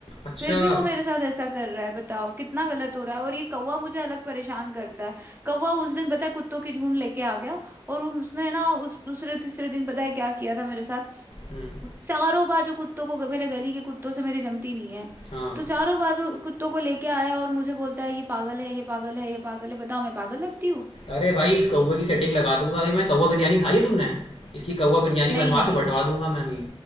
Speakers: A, on the left (about 80°); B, on the right (about 20°).
A: अच्छा
B: फिर भी वो मेरे साथ ऐसा कर रहा है बताओ कितना गलत हो रहा है और ये कौवा मुझे अलग परेशान करता है कौवा उस दिन पता है कुत्तों के झुंड लेके आ गया और उसने ना उस दूसरे तीसरे दिन पता है क्या किया था मेरे साथ
A: हम्म
B: वो चारों बाजू कुत्तों को मेरे गली के कुत्तों से मेरी जमती नहीं है
A: हाँ
B: तो चारों बाजू कुत्तों को लेके आया और मुझे बोलता है ये पागल है ये पागल है ये पागल है बताओ मैं पागल लगती हूँ
A: अरे भाई इस कौवे की सेटिंग लगा दूंगा अभी मैं कौवा बिरयानी खाई है तुमने इसकी कौवा बिरयानी
B: नहीं
A: बनवा
B: नहीं
A: के बंटवा दूंगा मैं अभी